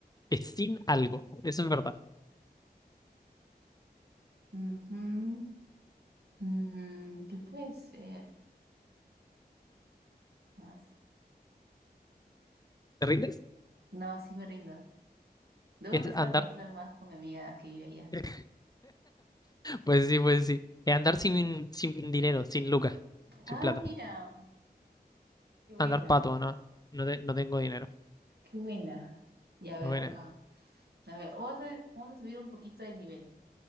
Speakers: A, on the left; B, on the right.
A: Es sin algo. Eso es verdad.
B: ujú. Mm, ¿qué puede ser? Más.
A: ¿Te rindes?
B: No, sí me rindo. Debo
A: Es
B: empezar
A: andar.
B: a conversar más con mi amiga que vive allá.
A: <laughs> Pues sí, pues sí. Es andar sin, sin dinero, sin lucas,
B: Ah,
A: sin plata.
B: mira, qué buena,
A: Andar pato, no. No, te- no tengo dinero.
B: qué buena. Y a ver
A: Bueno,
B: acá. A ver, vamos a, vamos a subir un poquito de nivel.